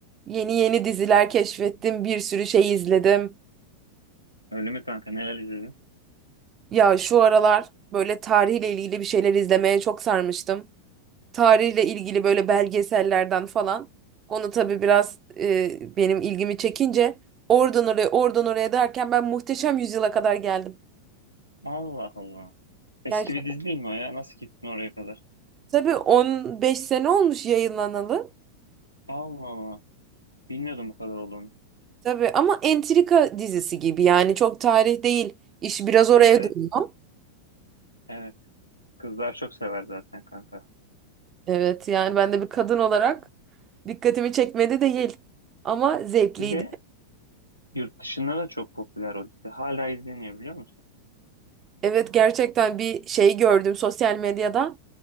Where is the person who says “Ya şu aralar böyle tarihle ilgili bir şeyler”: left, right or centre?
Right